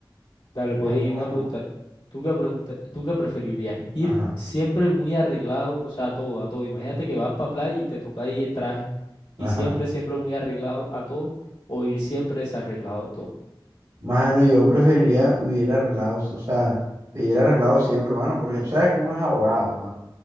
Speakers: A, on the left; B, on the right.
A: Dale, pues
B: Pregúntame
A: hey una
B: tú.
A: pregunta. ¿Tú qué pregunta, tú qué preferirías? Ir
B: Ajá,
A: siempre muy arreglado, o sea, a todo, a todo. Imagínate que vas para playa y te toca ahí el traje y
B: ajá.
A: siempre, siempre muy arreglado a todo, o ir siempre desarreglado a todo.
B: Mano, yo preferiría vivir arreglado, o sea, vivir arreglado siempre, mano, porque tú sabes que uno es abogado, mano.